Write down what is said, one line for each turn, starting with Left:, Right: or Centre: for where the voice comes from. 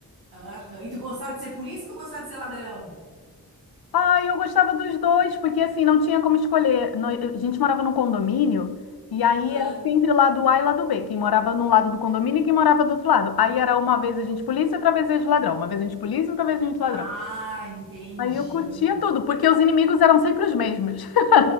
Right: Aham. E tu gostava de ser polícia ou tu gostava de ser ladrão?
Left: Ah, eu gostava dos dois, porque assim, não tinha como escolher. Nó- A gente morava num condomínio, e aí
Right: Ah,
Left: era sempre lado A e lado B. Quem morava num lado do condomínio e quem morava do outro lado. Aí era uma vez a gente polícia, outra vez a gente ladrão. Uma vez a gente polícia, outra vez a gente ladrão.
Right: ah, entendi.
Left: Aí eu curtia tudo, porque os inimigos eram sempre os mesmos. <laughs>